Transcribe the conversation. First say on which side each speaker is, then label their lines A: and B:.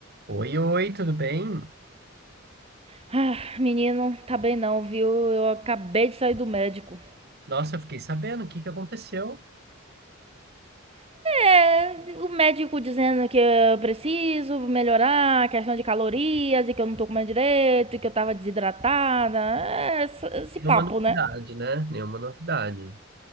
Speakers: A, on the right; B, on the right.
A: Oi, oi, tudo bem?
B: Ah, menino, tá bem não, viu? Eu acabei de sair do médico.
A: Nossa, eu fiquei sabendo o que que aconteceu.
B: É, o médico dizendo que eu preciso melhorar a questão de calorias e que eu não tô comendo direito e que eu tava desidratada. É, esse, esse
A: Nenhuma
B: papo,
A: novidade,
B: né?
A: né? Nenhuma novidade.